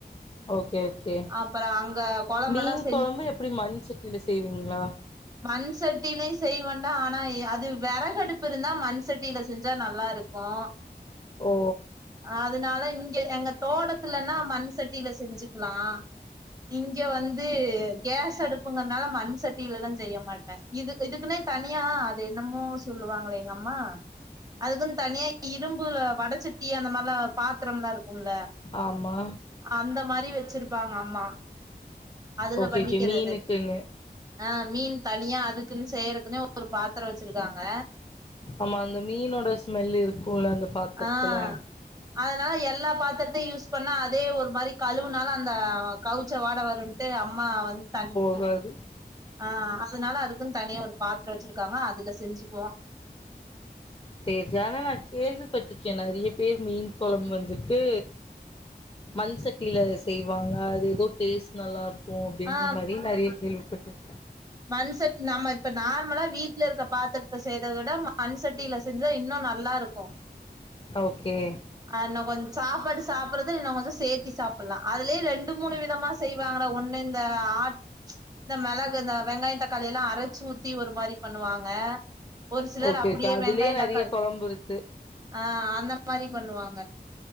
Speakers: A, on the left; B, on the right.
A: ஓகே ஓகே
B: அப்புறோ அங்க கொழம்பெல்லா
A: மீன்
B: செஞ்
A: கொழம்பு எப்படி மண் சட்டியில செய்வீங்களா
B: மண் சட்டிலயு செய்வேன்டா ஆனா அது வெறகடுப் பு இருந்தா மண் சட்டியில செஞ்சா நல்லா இருக்கோ
A: ஓ.
B: அதனால இங்க எங்க தோட்டத்துலன்னா மண் சட்டியில செஞ்சுக்கலா இங்க வந்து கேஸ் அடுப்புங்கறனால மண் சட்டிலலா செய்ய மாட்டே இது இதுக்குன்னே தனியா அது என்னமோ சொல்லுவாங்களே எங்க அம்மா அதுக்குன்னு தனியா இரும்புல வடச்சட்டி அந்த மாரிலா பாத்திரம்லா இருக்கும்ல
A: ஆமா
B: அந்த மாரி வெச்சிருப்பாங்க அம்மா அதுல
A: ஓகே
B: பண்ணிக்கிறது
A: ஓகே மீனுக்குன்னு
B: ஆ மீன் தனியா அதுக்குன்னு செய்யறதுக்குன்னே ஒரு பாத்தரோ வெச்சிருக்காங்க
A: ஆமா அந்த மீனோட ஸ்மெல் இருக்கோல அந்த பாத்திரத்துல
B: ஆ அதனால எல்லா பாத்திரத்தையு யூஸ் பண்ணா அதே ஒரு மாதிரி கழுவுனால அந்த கவுச்ச வாட வருன் ட்டு அம்மா வந்து தனி
A: வருது
B: ஆ அதனால அதுக்குன்னு தனியா ஒரு பாத்தரோ வெச்சிருக்காங்க அதுல செஞ்சுக்குவோ
A: செரி ஆனா நா கேள்விப்பட்ருக்கே நறைய பேர் மீன் கொளம்பு வந்துட்டு மண் சட்டியில செய்வாங்க அது ஏதோ டேஸ்ட் நல்லா இருக்கோ அப்டீன்ற
B: ஆ
A: மாரி நறைய கேள்விப்பட்ருக்
B: மண் சட்டி நம்ம இப்ப நார்மலா வீட்ல இருக்க பாத்திரத்த செய்றத விட மண் சட்டியில செஞ்சா இன்னோ நல்லா இருக்கோ
A: ஓகே
B: ஆ இன்னோ கொஞ் சாப்பாடு சாப்படுறது இன்னோ கொஞ்சோ சேத்தி சாப்புட்லா அதுலயே ரெண்டு மூணு வி தமா செய்வாங்களா ஒண்ணு இந்த ஆட் இந்த மெளகு இந்த வெங்காயோ தக்காளி எல்லா அரச் சு ஊத்தி ஒரு மாரி பண்ணுவாங்க ஒரு சிலர்
A: ஓகே
B: அப்டியே
A: ஓகே அதுலயே
B: வெங்காயோ
A: நெறைய
B: தக்காள்
A: கொழம்பு இருக்கு
B: ஆ அந்த மாரி பண்ணுவாங்க